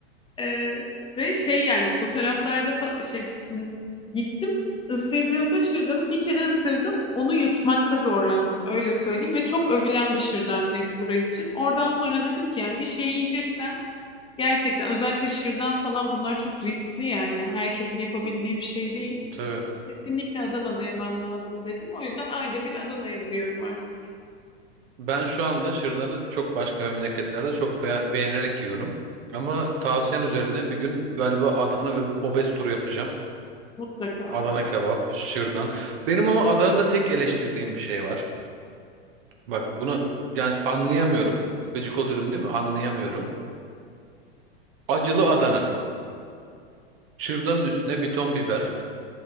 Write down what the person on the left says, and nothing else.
Ee, ve şey yani fotoğraflarda fa- şey m, gittim ısırdığımda şırdanı bir kere ısırdım. Onu yutmakta zorlandım öyle söyleyeyim ve çok övülen bir şırdancıydı burayı için. Oradan sonra dedim ki yani bir şey yiyeceksen gerçekten özellikle şırdan falan bunlar çok riskli yani. Herkesin yapabildiği bir şey değil.
Kesinlikle Adana'da yemem lazım dedim. O yüzden ayda bir Adana'ya gidiyorum artık
mutlaka.